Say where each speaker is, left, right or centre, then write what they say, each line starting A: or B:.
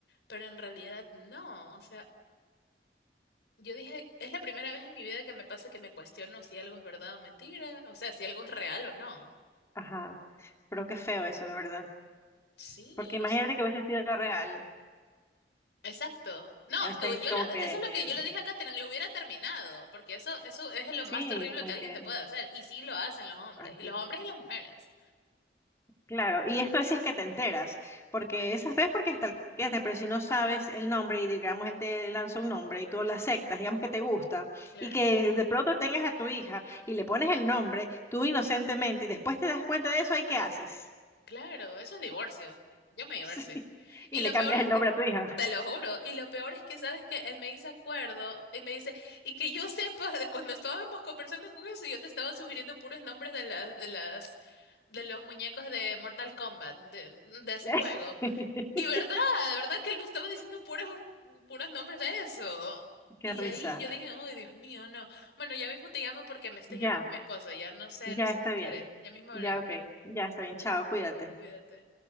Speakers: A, on the left (about 80°); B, on the left (about 15°).
A: Pero en realidad no, o sea, Yo dije, es la primera vez en mi vida que me pasa que me cuestiono si algo es verdad o mentira, o sea, si algo es real o no.
B: Ajá, pero qué feo eso, la verdad.
A: Sí,
B: Porque imagínate
A: o s-
B: que hubiese sido real.
A: exacto. No,
B: O
A: es que
B: sea, que
A: yo
B: como
A: lo-
B: que,
A: eso es lo
B: eh,
A: que yo le dije a Katherine, lo hubiera terminado, porque eso, eso es lo más
B: sí,
A: terrible
B: como
A: que alguien
B: que
A: te puede hacer, y sí lo hacen los hombres,
B: así.
A: y los hombres y las mujeres.
B: Claro, y esto es si es que te enteras, porque esas veces porque stalkeaste, pero si no sabes el nombre y digamos él te lanza un nombre y tú lo aceptas, digamos que te gusta,
A: Claro.
B: y que de pronto tengas a tu hija y le pones el nombre, tú inocentemente, y después te das cuenta de eso, ¿ahí qué haces? <laughs>
A: Claro, eso es divorcio. Yo me divorcio.
B: Sí,
A: Y
B: Y le
A: lo
B: cambias
A: peor es
B: el
A: que,
B: nombre a tu hija.
A: te lo juro, y lo peor es que sabes que él me dice acuerdo y me dice, y que yo sepa <laughs> de cuando estábamos conversando con eso, yo te estaba sugiriendo puros nombres de las, de las, de los muñecos de Mortal Kombat, de, de ese
B: <laughs>
A: juego. Y verdad, verdad que él me estaba diciendo puros, puros nombres de eso.
B: Qué
A: Y
B: risa.
A: ahí yo dije, uy, Dios mío, no. Bueno, ya mismo te llamo porque me está
B: Ya,
A: llamando mi esposo. ya no sé,
B: ya
A: no sé
B: está
A: qué quiere.
B: bien.
A: Ya mismo hablamos,
B: Ya, ok.
A: ya.
B: Ya está bien. Chao, cuídate.
A: Ya, cuídate.